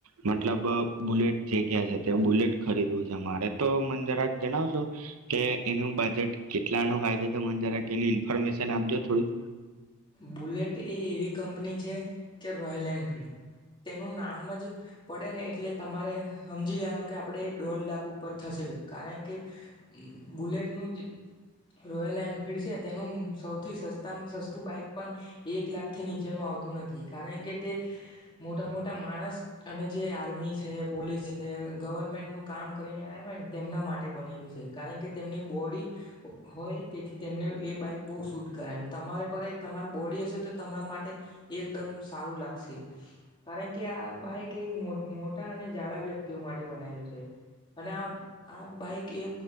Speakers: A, on the right (about 80°); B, on the left (about 20°).
A: મતલબ બુલેટ જે કયા છે, તે બુલેટ ખરીદવું છે મારે, તો મન જરાક જણાવશો કે એનું બજેટ કેટલાનું હોય? એ તમ મન જરાક એની ઇન્ફોર્મેશન આપજો થોડી.
B: બુલેટ એ એવી કંપની છે જે રોયલ એનફીલ્ડ તેનું નામ જ પડે ને એટલે તમારે હમજી લેવાનું કે આપણે દોઢ લાખ ઉપર થશે, કારણ કે બુલેટનું જે રોયલ એનફિલ્ડ છે તેનું સૌથી સસ્તા સસ્તું બાઈક પણ એક લાખથી નીચેનું આવ નથી કારણ કે તે મોટા મોટા માણસ અને જે આર્મી છે પોલીસ છે ગવર્મેન્ટનું કામ કરીને આવ્યા હોય ને તેમના માટે બનેલું છે કારણ કે તેમની બોડી હોય તેથી તેમને એ બાઈક બહુ શૂટ કરાય તમારે પર એ તમારી બોડી હશે તો તમારા માટે એકદમ સારું લાગશે કારણ કે આ બાઈક એક મો મોટા અને જાડા વ્યક્તિઓ માટે બનાયલું છે તે અને આ આ બાઈક એ